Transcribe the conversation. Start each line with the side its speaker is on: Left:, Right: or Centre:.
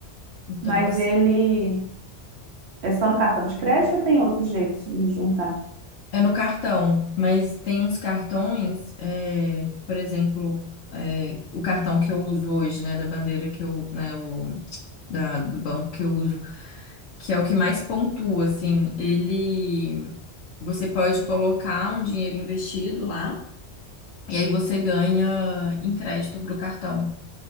Left: então,
Right: Mas
Left: assim.
Right: ele é só no cartão de crédito ou tem outro jeito de juntar?
Left: É no cartão, mas tem uns cartões, é, por exemplo, é, o cartão que eu uso hoje, né, da bandeira que eu, né, o, da- do banco que eu uso, que é o que mais pontua, assim, ele, você pode colocar um dinheiro investido lá, e aí você ganha em crédito pro cartão.